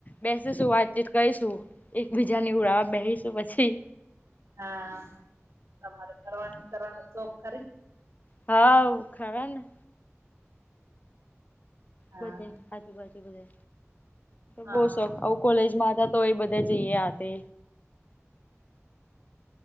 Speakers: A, on the left (about 35°); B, on the right (about 80°).
A: બેસીશું વાતચીત કરીશું- એકબીજાની ઉળાવા બેહીશું પછી.
B: હા તમારે કરવાનું
A: એટલે
B: કરવાનું શોખ ખરી-
A: હા ખારા ને-
B: હા
A: બધે આજુબાજુ બધે
B: હા
A: બો શોખ આવ- કોલેજમાં હતા તો એ બધા જઈએ હાથે